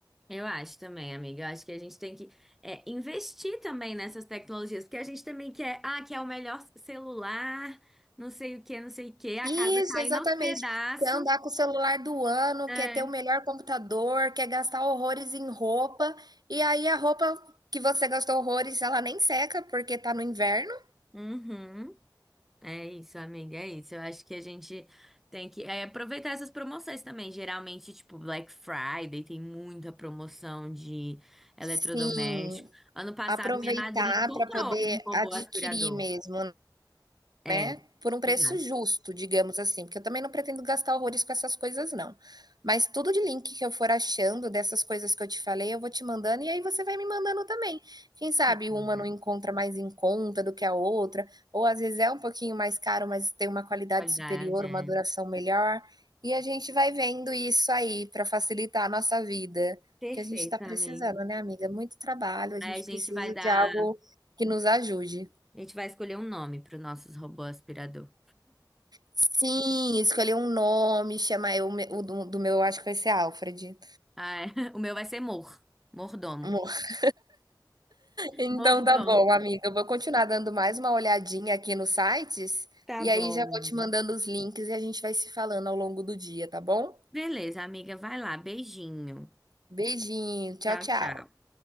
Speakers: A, in the centre; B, on the right.
A: Eu acho também, amiga. Eu acho que a gente tem que é, investir também nessas tecnologias, porque a gente também quer, ah, quer o melhor celular, não sei o que, não sei o que, a
B: Isso,
A: casa cair
B: exatamente.
A: aos pedaços.
B: Quer andar com o celular do ano,
A: É.
B: quer ter o melhor computador, quer gastar horrores em roupa, e aí a roupa que você gastou horrores, ela nem seca porque tá no inverno.
A: Uhum. É isso, amiga, é isso. Eu acho que a gente tem que é, aproveitar essas promoções também. Geralmente, tipo, Black Friday tem muita promoção de eletrodoméstico.
B: Sim,
A: Ano passado,
B: aproveitar
A: minha madrinha comprou
B: para poder
A: um robô
B: adquirir
A: aspirador.
B: mesmo.
A: É,
B: Né, por um preço
A: exato.
B: justo, digamos assim, porque eu também não pretendo gastar horrores com essas coisas não. Mas tudo de link que eu for achando dessas coisas que eu te falei, eu vou te mandando e aí você vai me mandando também. Quem sabe
A: Sim, amiga.
B: uma não encontra mais em conta do que a outra, ou às vezes é um pouquinho mais caro, mas tem uma qualidade
A: Qualidade,
B: superior,
A: é.
B: uma duração melhor, e a gente vai vendo isso aí para facilitar a nossa vida,
A: Perfeito,
B: porque a gente está precisando,
A: amigo.
B: né, amiga? Muito trabalho, a gente
A: Aí a gente
B: precisa
A: vai dar.
B: de algo que nos ajude.
A: A gente vai escolher um nome para os nossos robô aspirador.
B: Sim, escolher um nome, chamar eu me o do do meu acho que vai ser Alfred.
A: Ah, é. <laughs> O meu vai ser Mor. Mordomo.
B: Amor. <laughs> Então
A: Mordomo.
B: tá bom, amiga, eu vou continuar dando mais uma olhadinha aqui nos sites,
A: Tá
B: e
A: bom,
B: aí já
A: menina.
B: vou te mandando os links e a gente vai se falando ao longo do dia, tá bom?
A: Beleza, amiga, vai lá. Beijinho.
B: Beijinho, tchau,
A: Tchau,
B: tchau.
A: tchau.